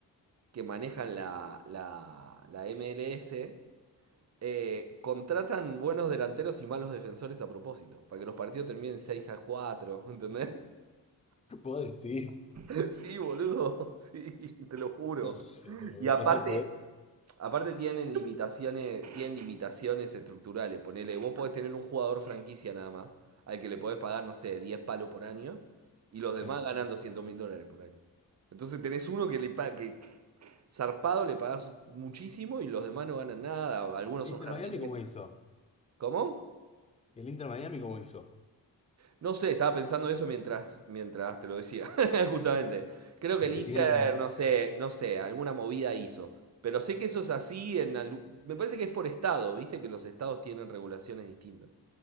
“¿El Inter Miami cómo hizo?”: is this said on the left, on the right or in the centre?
Left